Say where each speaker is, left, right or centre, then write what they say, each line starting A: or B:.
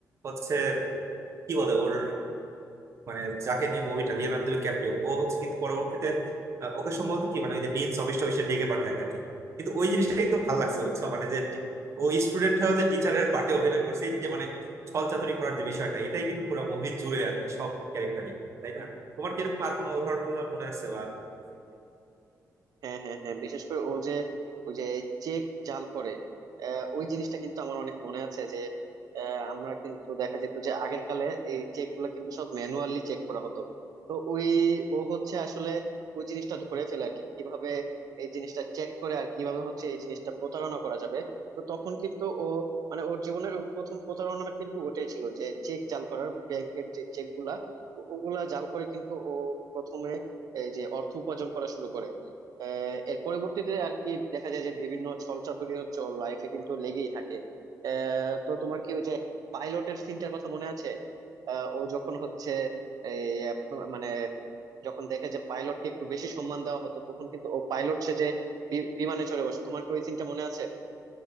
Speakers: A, on the right; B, on the right.
A: হচ্ছে কি বলে ওর মানে যাকে নিয়ে মুভিটা লিওনার্দো ক্যাপ্রিও ও হচ্ছে কিন্তু পরবর্তীতে আহ, ওকে সম্ভবত কি মানে ওই যে ডিনস অফিস টফিসে ডেকে পাঠায় আর কি কিন্তু ওই জিনিসটা কিন্তু ভালো লাগছে বুঝছো মানে যে ও স্টুডেন্ট হয়েও যে টিচারের পার্টে অভিনয় করছে এই যে মানে ছল চাতুরি করার যে বিষয়টা এটাই কিন্তু পুরো মুভি জুড়ে আর কি সব ক্যারেক্টারই তাই না তোমার কি এরকম আর কোনো উদাহরণ টুদাহরণ মনে আছে বা
B: হ্যাঁ হ্যাঁ হ্যাঁ বিশেষ করে ও যে ওই যে চেক জাল করে আহ, ওই জিনিসটা কিন্তু আমার অনেক মনে আছে যে আহ, আমরা কিন্তু দেখা যেত যে আগের কালে এই চেক গুলা কিন্তু সব ম্যানুয়ালি চেক করা হতো তো ওই ও হচ্ছে আসলে ওই জিনিসটা ধরে ফেলে আর কি কিভাবে এই জিনিসটা চেক করে আর কিভাবে হচ্ছে এই জিনিসটা প্রতারণা করা যাবে তো তখন কিন্তু ও মানে ওর জীবনের ওর প্রথম প্রতারণাটা কিন্তু ওটাই ছিল যে চেক জাল করার ব্যাংকের যে চেক গুলা ও- ওগুলা জাল করে কিন্তু ও প্রথমে এই যে অর্থ উপার্জন করা শুরু করে আহ, এর পরবর্তীতে আর কি দেখা যায় যে বিভিন্ন ছলচাতুরি হচ্ছে ওর লাইফে কিন্তু লেগেই থাকে আহ, তো তোমার কি ওই যে পাইলটের সিনটার কথা মনে আছে আহ, ও যখন হচ্ছে এই, আপ- মানে যখন দেখে যে পাইলটকে একটু বেশি সম্মান দেওয়া হতো তখন কিন্তু ও পাইলট সে যে বি- বিমানে চড়ে বসে তোমার কি ওই সিনটা মনে আছে